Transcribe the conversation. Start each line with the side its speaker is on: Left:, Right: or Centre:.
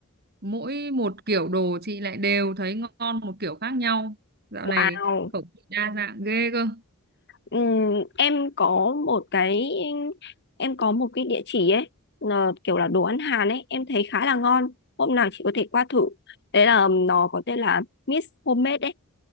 Right: mỗi một kiểu đồ chị lại đều thấy ngon một kiểu khác nhau dạo
Left: Wow.
Right: này khẩu vị đa dạng ghê cơ
Left: Ừ, em có một cái em có một cái địa chỉ ấy, là kiểu là đồ ăn Hàn ấy, em thấy khá là ngon. Hôm nào chị có thể qua thử. Đấy là nó có tên là Miss Homemade ấy,